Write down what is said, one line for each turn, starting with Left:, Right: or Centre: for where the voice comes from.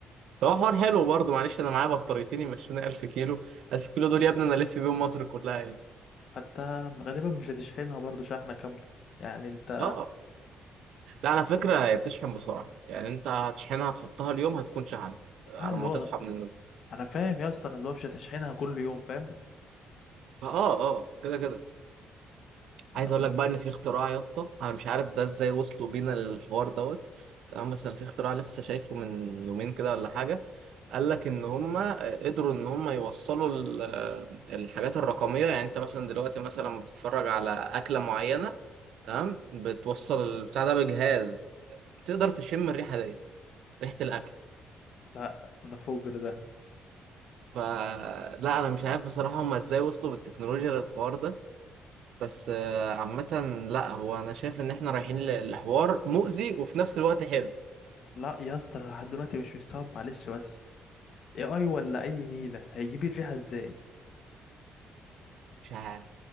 Right: فهو حوار حلو برضه معلش انا معايا بطاريتين يمشوني 1000 كيلو 1000 كيلو دول يا ابني انا الف بيهم مصر كلها يعني
Left: حتى غالبا مش هتشحنها برضو شحنة كاملة يعني انت
Right: اه لا على فكرة هي بتشحن بسرعة يعني انت هتشحنها تحطها اليوم هتكون شحنت آه،
Left: آه،
Right: لما
Left: اللي هو
Right: تصحى من النوم
Left: انا فاهم يا اسطى اللي هو مش هتشحنها كل يوم فاهم
Right: اه اه آه، كده كده
Left: لا
Right: عايز اقول لك بقى ان في اختراع يا اسطى انا مش عارف ده ازاي وصلوا بينا للحوار دوت تمام بس انا في اختراع لسه شايفه من يومين كده ولا حاجة قال لك ان هم آه، قدروا ان هم يوصلوا ال- آه، الحاجات الرقمية يعني انت مثلا دلوقتي مثلا لما بتتفرج على اكلة معينة تمام بتوصل البتاع ده بجهاز آه، بتقدر تشم الريحة دي ريحة الاكل
Left: لا ده فجر ده
Right: فلا انا مش عارف بصراحه هما ازاي وصلوا بالتكنولوجيا للحوار ده بس آه، عامه لا هو انا شايف ان احنا رايحين ل- لحوار مؤذي وفي نفس الوقت حلو
Left: لا يا اسطى انا لحد دلوقتي مش مستوعب معلش بس اي اي ولا اي نيله هيجيب الريحه ازاي
Right: مش عارف